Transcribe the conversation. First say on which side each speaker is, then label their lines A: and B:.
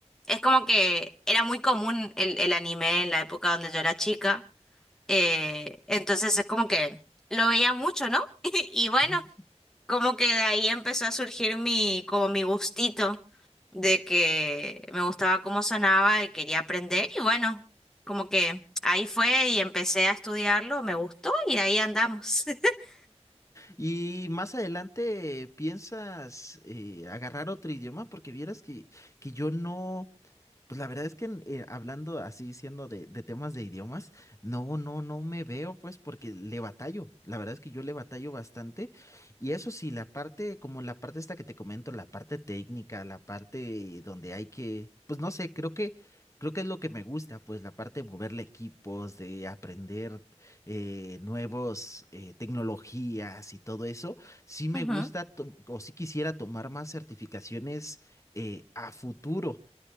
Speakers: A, in the centre; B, on the left (about 25°).
A: Es como que era muy común el, el anime en la época donde yo era chica. eh, entonces es como que lo veía mucho, ¿no? <laughs> Y bueno,
B: <laughs>
A: como que de ahí empezó a surgir mi, como mi gustito de que me gustaba cómo sonaba y quería aprender y bueno, como que ahí fue y empecé a estudiarlo, me gustó y ahí andamos. <laughs>
B: Y más adelante piensas eh, agarrar otro idioma porque vieras que, que yo no. Pues la verdad es que eh, hablando así, siendo de, de temas de idiomas, no, no, no me veo, pues, porque le batallo. La verdad es que yo le batallo bastante. Y eso sí, la parte, como la parte esta que te comento, la parte técnica, la parte donde hay que, pues no sé, creo que, creo que es lo que me gusta, pues la parte de moverle equipos, de aprender eh, nuevos eh, tecnologías y todo eso. Sí me
A: Ujú,
B: gusta, to- o sí quisiera tomar más certificaciones eh, a futuro